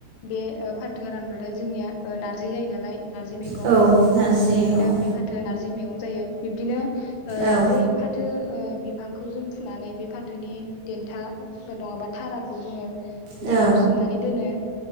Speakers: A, on the left; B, on the right.
A: बे फाथोआ रानबाथाय जोंनिया ओ नारजै जायो नालाय नारजै मैगं।
B: औ नारजि
A: बिदिनो
B: औ
A: बे फाथोआ नार जै मैगं जायो बिब्दिनो ओ
B: औ
A: बे फाथो ओ बे बिफांखौ जों फुनानै बे फाथोनि देन्थाफोर नङाबा थाराखौ जोङो
B: औ
A: दैयाव सोमनानै दोनो